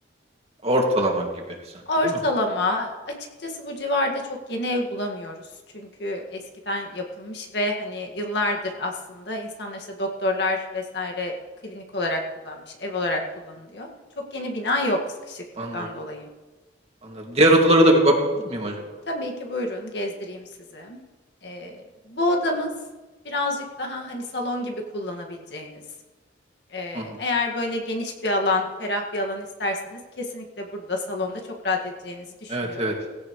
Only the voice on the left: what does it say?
Ortalama.
Açıkçası bu civarda çok yeni ev bulamıyoruz. Çünkü eskiden yapılmış ve hani yıllardır aslında insanlar işte doktorlar vesaire klinik olarak kullanmış, ev olarak kullanılıyor. Çok yeni bina yok sıkışıklıktan
dolayı.
Tabii ki buyurun gezdireyim sizi. Ee, bu odamız birazcık daha hani salon gibi kullanabileceğiniz. Ee,
eğer böyle geniş bir alan, ferah bir alan isterseniz kesinlikle burada salonda çok rahat edeceğinizi düşünüyorum.